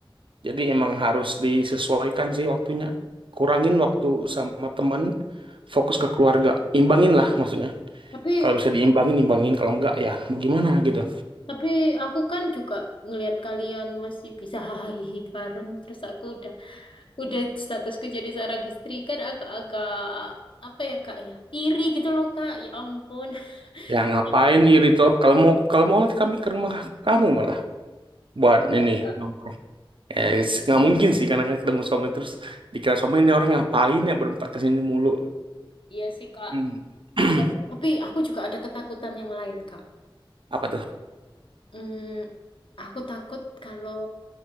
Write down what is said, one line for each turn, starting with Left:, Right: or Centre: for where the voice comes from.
Right: Jadi emang harus disesuaikan sih waktunya. Kurangin waktu sama temen, fokus ke keluarga. Imbangin lah maksudnya.
Left: Tapi
Right: Kalau bisa diimbangin, imbangin. Kalau enggak, ya mau gimana gitu.
Left: tapi aku kan juga ngelihat kalian masih bisa hahaha bareng terus aku udah udah statusku jadi seorang istri kan agak-agak apa ya Kak ya? Iri gitu loh Kak. Ya ampun. <laughs>
Right: Ya ngapain
Left: Ini
Right: iri toh? Kalau mau kalau mau nanti kami ke rumah kamu malah buat
Left: nggak apa-apa
Right: ini
Left: nih Kak.
Right: nongkrong. Eh, s- nggak mungkin sih karena kan ketemu suami terus dikira suami ini orang ngapain ya berempat kesini mulu
Left: Iya sih Kak.
Right: Hmm. <clears throat>
Left: Ya, Tapi aku juga ada ketakutan yang lain Kak.
Right: Apa tuh?
Left: Hmm, aku takut kalau